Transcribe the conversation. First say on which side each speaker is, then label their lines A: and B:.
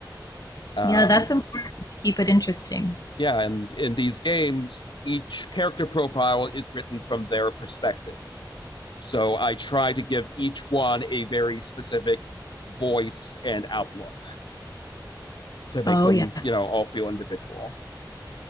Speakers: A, on the left; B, on the left.
A: <laughs>
B: Um,
A: yeah, that's important to keep it interesting.
B: yeah, and in these games, each character profile is written from their perspective. So I try to give each one a very specific voice and outlook to make
A: Oh
B: them,
A: yeah,
B: you know, all feel individual.